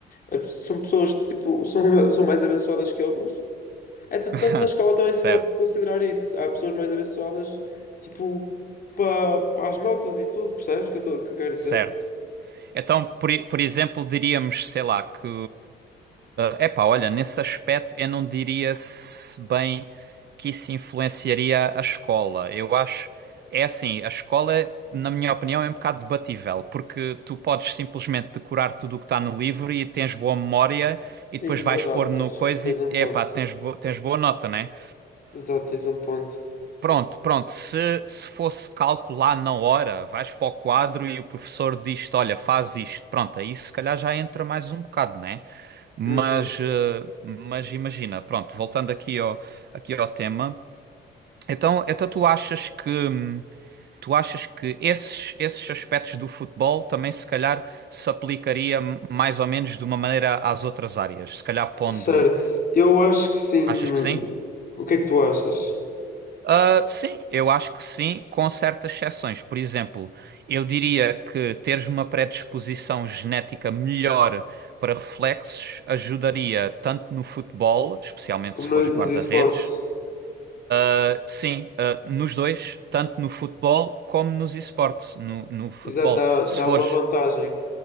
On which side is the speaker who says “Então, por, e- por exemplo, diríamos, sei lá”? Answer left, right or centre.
Right